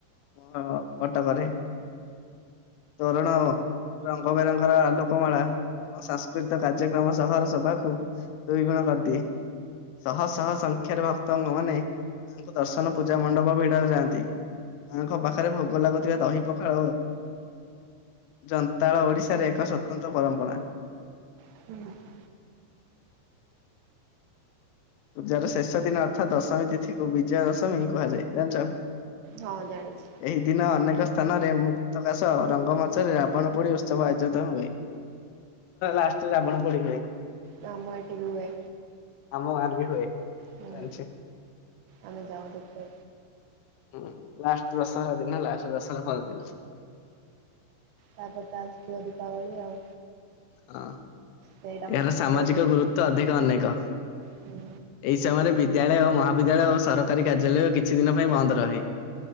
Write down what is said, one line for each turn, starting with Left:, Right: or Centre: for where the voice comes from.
Left: ମୋ କଟକରେ। <unintelligible> ତୋରଣ ରଙ୍ଗ ବେରଙ୍ଗର ଆଲୋକମାଳା ଏବଂ ସାଂସ୍କୃତିକ କାର୍ଯ୍ୟକ୍ରମ ସହର ସଭାକୁ ଦୁଇ ଗୁଣ କରିଦିଏ। ଶହ ଶହ ସଂଖ୍ୟାରେ ଭକ୍ତ ମାନେ ମାଙ୍କୁ ଦର୍ଶନ ପୂଜା ମଣ୍ଡପ ଭିଡ ଯାଆନ୍ତି, ମାଙ୍କ ପାଖରେ ଭୋଗ ଭୋଗ ଲାଗୁଥିବା ଦହି ପଖାଳ ଜନ୍ତାଳ ଓଡିଶାରେ ଏକ ସ୍ଵତନ୍ତ୍ର ପରମ୍ପରା।
Right: <inaudible>
Left: ପୂଜାର ଶେଷ ଦିନ ଅର୍ଥାତ୍ ଦଶମୀ ତିଥିକୁ ବିଜୟ ଦଶମୀ କୁହାଯାଏ। ଜାଣିଛ?
Right: ହଁ ଜାଣିଛି।
Left: ଏହି ଦିନ ଅନେକ ସ୍ଥାନରେ ମୁକ୍ତକା ସହ ରଙ୍ଗମଞ୍ଚରେ ରାବଣ ପୋଡି ଉତ୍ସବ ଆୟୋଜିତ ହୁଏ। ଲାଷ୍ଟରେ ରାବଣ ପୋଡି ହୁଏ।
Right: ନା ଆମର ଏଠି ବି ହୁଏ।
Left: ଆମ ଗାଁରେ ବି ହୁଏ
Right: ହୁଁ
Left: ଜାଣିଛି।
Right: ଆମେ ଯାଉ ଦେଖ
Left: ହୁଁ ଲାଷ୍ଟ ଦଶହରା ଦିନ ଲାଷ୍ଟ ଦଶହରା ପର ଦିନ।
Right: ତାପ ତ ଆସବ ଦୀପାବଳି ଆଉ।
Left: ହଁ।
Right: ସେଇଟା
Left: ଏହାର
Right: ମୋ ଫେବରାଇଟ୍
Left: ସାମାଜିକ ଗୁରୁତ୍ୱ ଅଧିକ ଅନେକ
Right: ହୁଁ
Left: ଏଇ ସମୟରେ ବି ବିଦ୍ୟାଳୟ ମହାବିଦ୍ୟାଳୟ ଓ ସରକାରୀ କାର୍ଯ୍ୟାଳୟ କିଛି ଦିନ ପାଇଁ ବନ୍ଦ ରହେ।